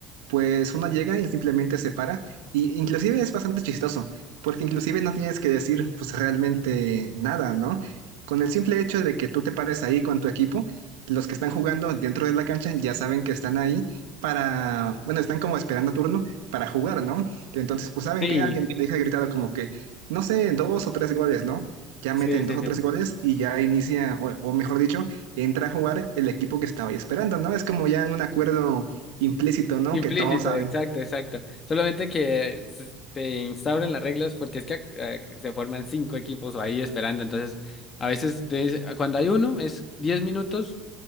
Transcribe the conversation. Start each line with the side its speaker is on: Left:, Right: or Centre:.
Right: pues uno llega y simplemente se para. Y inclusive es bastante chistoso, porque inclusive no tienes que decir pues realmente nada, ¿no? Con el simple hecho de que tú te pares ahí con tu equipo, los que están jugando dentro de la cancha ya saben que están ahí para, bueno, están como esperando turno para jugar, ¿no? Entonces, pues saben
Left: Sí,
Right: que alguien deja gritado como que, no sé, dos o tres goles, ¿no? Ya
Left: sí,
Right: meten
Left: sí,
Right: dos o
Left: sí.
Right: tres goles y ya inicia, o, o mejor dicho, entra a jugar el equipo que estaba ahí esperando, ¿no? Es como ya un acuerdo implícito, ¿no?
Left: Implícito,
Right: Que todos saben.
Left: exacto, exacto. Solamente que se, se instauran las reglas porque es que eh, se forman cinco equipos ahí esperando. Entonces, a veces des- cuando hay uno es 10 minutos